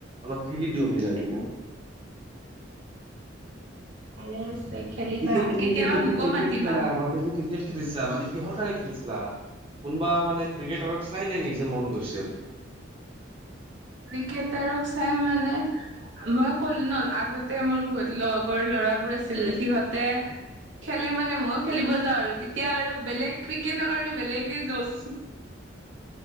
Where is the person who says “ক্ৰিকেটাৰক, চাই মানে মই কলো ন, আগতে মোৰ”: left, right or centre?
Right